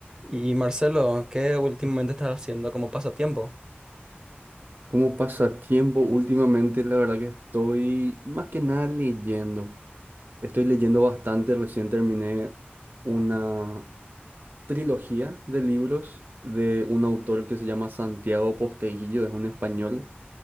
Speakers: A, on the right (about 15°); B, on the right (about 50°).
A: Y Marcelo, ¿qué últimamente estás haciendo como pasatiempo?
B: Como pasatiempo, últimamente la verdad que estoy más que nada leyendo. Estoy leyendo bastante. Recién terminé una trilogía de libros de un autor que se llama Santiago Posteguillo, es un español